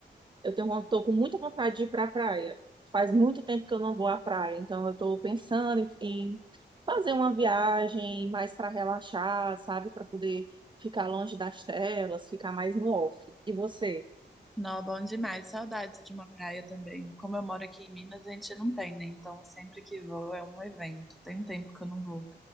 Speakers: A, on the right; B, in the centre.
A: Eu tenho, von- tô com muita vontade de ir para a praia. Faz muito tempo que eu não vou à praia, então eu estou pensando em, em fazer uma viagem mais para relaxar, sabe? Para poder ficar longe das telas, ficar mais no off. E você?
B: Não, bom demais. Saudades de uma praia também. Como eu moro aqui em Minas, a gente não tem, né? Então sempre que vou é um evento. Tem um tempo que eu não vou.